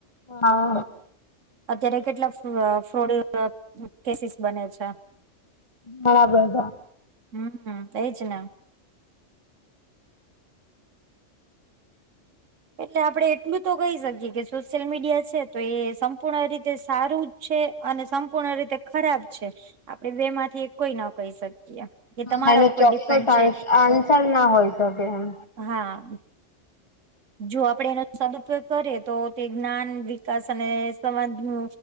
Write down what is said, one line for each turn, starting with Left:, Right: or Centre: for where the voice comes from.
Left: હ હ.
Right: અત્યારે કેટલા ફ્રોડ કેસીસ બને છે.
Left: બરાબરા.
Right: હમ થઈ છે ના. એટલે આપડણે એટલું તો કહી શકીએ કે સોશિયલ મીડિયા છે તો એ સંપૂર્ણ રીતે સારું છે અને સંપૂર્ણ રીતે ખરાબ છે આપડે બે માંથી કોઈ ન કહી શકીએ કે તમારા
Left: એનો
Right: ઉપર
Left: ચોક્કસ
Right: ડિપેન્ડ છે
Left: આન્સર ના હોય શકે એમ
Right: હા. જો આપડે એનો સદુપયોગ કરીએ તો તે જ્ઞાન વિકાસ અને સમાજ ન